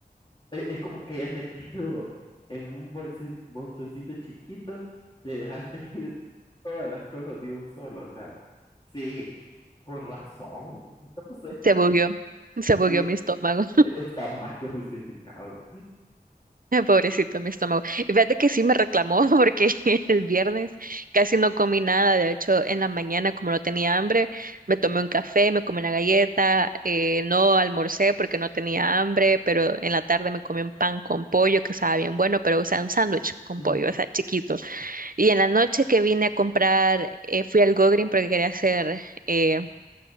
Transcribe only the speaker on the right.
Se bugueó, se bugueó
mi estómago.
<laughs> Pobrecito mi estómago. Y fíjate que sí me reclamó <laughs> porque el viernes casi no comí nada. De hecho, en la mañana, como no tenía hambre, me tomé un café, me comí una galleta, eh, no almorcé porque no tenía hambre, pero en la tarde me comí un pan con pollo que estaba bien bueno, pero o sea, un sándwich con
pollo, o sea, chiquito. Y en la noche que vine a comprar, eh, fui al Go Green porque quería hacer eh,